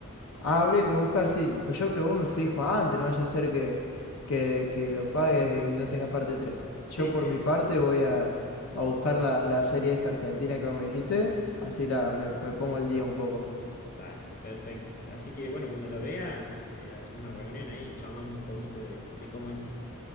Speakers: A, on the left (about 65°); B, on the left (about 40°).
A: Ah, habría que buscar, sí, pues yo que vos me fijo antes, no vaya a ser que, que, que lo pagues y no tenga parte 3. Yo
B: Sí,
A: por
B: sí,
A: mi parte voy a, a buscar la, la serie esta argentina que vos me dijiste, así la, me, me pongo al día un poco.
B: Dale, perfecto. Así que bueno, cuando la vea, eh, hacemos una reunión ahí y charlamos un poquito de, de cómo es.